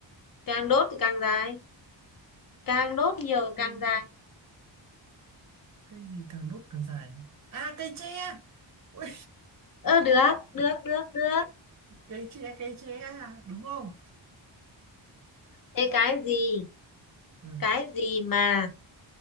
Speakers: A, on the left (about 45°); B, on the right (about 35°).
A: càng đốt thì càng dài càng đốt nhiều thì
B: cây
A: càng dài
B: cây gì càng đốt càng dài à cây tre Ui,
A: ơ được được được được
B: cây tre cây tre à, đúng không
A: thế cái gì
B: ừ
A: cái gì mà